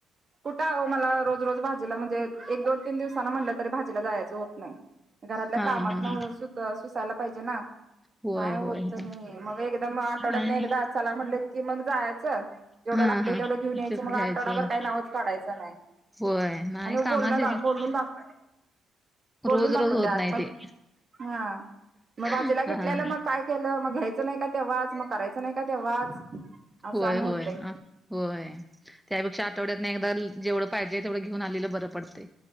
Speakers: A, on the right (about 40°); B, in the centre.
A: कुठं आओ मला रोज रोज भाजीला म्हणजे एक दोन तीन दिवसानं म्हटलं तरी भाजीला जायचं होत नाही घरातल्या
B: हा
A: कामात
B: हा हा
A: न सु सुसायला पाहिजे ना
B: होय
A: नाही
B: होय
A: होत
B: होय
A: नाही मग एकदा मग आठवड्यातनं
B: आणि
A: एकदा चला म्हनटलं की मग जायचं जेवढ
B: हा
A: लागतंय
B: हा
A: तेवढ घेऊन यायंचं
B: ते
A: मग
B: घ्यायचं
A: आठवडावर काय नाव चं काढायच नाही
B: होय नाही
A: आणि
B: कामाच्या
A: बोल
B: ह्याच्यात
A: बोलून दाख बोलून
B: रोज
A: दाखवतत
B: रोज होत नाही
A: मग
B: ते
A: हा मग भाजीला
B: हा
A: घेतल्याला
B: हा
A: मग केलं मग घ्यायचं नाही का तेव्हाच मग करायच नाही का तेव्हाच असं
B: होय
A: आणि होतय
B: होय होय त्यापेक्षा आठवड्यातनं एकदा जेवढं पाहिजे तेवढं घेऊनं आलेलं बंर पडतंय